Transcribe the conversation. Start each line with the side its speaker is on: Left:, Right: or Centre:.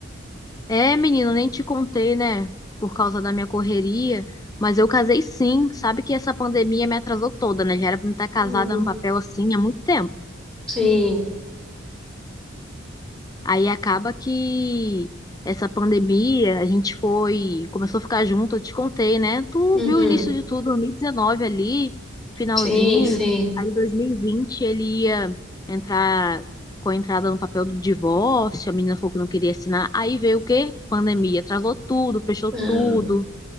Left: É, menina, nem te contei, né? Por causa da minha correria, mas eu casei sim. Sabe que essa pandemia me atrasou toda, né? Já era pra me estar casada
Centre: Hum,
Left: no papel assim há muito tempo.
Centre: sim.
Left: Aí acaba que essa pandemia, a gente foi, começou a ficar junto, eu te contei, né? Tu
Centre: Uhum.
Left: viu o início de tudo, 2019 ali, finalzinho.
Centre: Sim, sim.
Left: Aí 2020 ele ia entrar com a entrada no papel do divórcio, a menina falou que não queria assinar. Aí veio o quê? Pandemia, atrasou tudo, fechou
Centre: Ah,
Left: tudo.